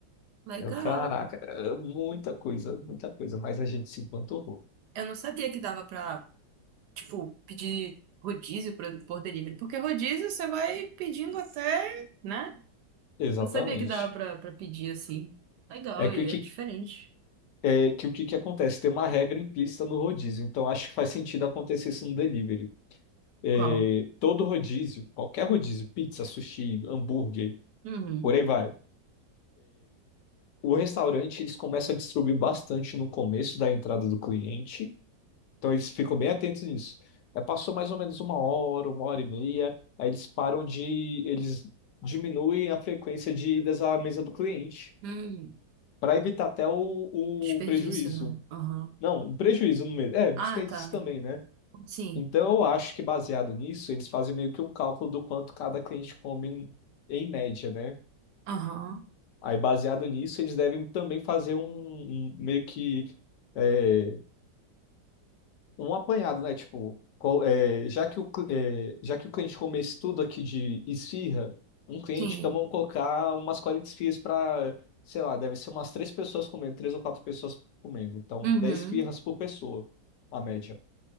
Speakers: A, on the right; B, on the left.
A: legal.
B: Eu, caraca, é muita coisa, muita coisa, mas a gente se empanturrou.
A: Eu não sabia que dava pra, tipo, pedir rodízio pra- por delivery. Porque rodízio você vai pedindo até, né?
B: Exatamente.
A: Não sabia que dava pra, pra pedir assim. Legal,
B: É
A: é
B: que o que
A: é diferente.
B: é que o que que acontece? Tem uma regra implícita no rodízio, então acho que faz sentido acontecer isso no delivery. É,
A: Qual?
B: todo rodízio, qualquer rodízio, pizza, sushi, hambúrguer,
A: Uhum.
B: por aí vai. O restaurante, eles começam a distribuir bastante no começo da entrada do cliente, então eles ficam bem atentos nisso. É, passou mais ou menos uma hora, uma hora e meia, aí eles param de, eles diminuem a frequência de idas à mesa do cliente,
A: Hum,
B: para evitar até o, o
A: desperdício,
B: prejuízo.
A: né? Aham.
B: Não, um prejuízo no mesmo. É, desperdício
A: Ah, tá.
B: também, né?
A: Sim.
B: Então, eu acho que baseado nisso, eles fazem meio que um cálculo do quanto cada cliente come em média, né?
A: Aham.
B: Aí, baseado nisso, eles devem também fazer um, um- meio que é, um apanhado, né? Tipo, qual- é, já que o, cl- é, já que o cliente come esse tudo aqui de esfirra, um cliente,
A: Sim.
B: então vamos colocar umas 40 esfirras para, sei lá, deve ser umas três pessoas comendo, três ou quatro pessoas comendo. Então,
A: Uhum.
B: 10 esfirras por pessoa, a média.